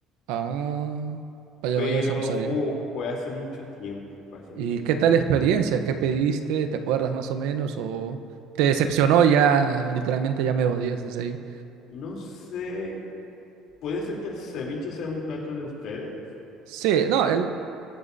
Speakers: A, on the right (about 80°); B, on the left (about 65°).
A: Ah, vaya,
B: pero
A: vaya, eso no sabía.
B: fu, fue hace mucho tiempo, fue hace mucho
A: ¿Y qué
B: tiempo.
A: tal la experiencia? ¿Qué pediste? ¿Te acuerdas más o menos? ¿O te decepcionó ya? Literalmente ya me odias desde ahí.
B: No sé, puede ser que el ceviche sea un plato de ustedes.
A: Sí, no, el,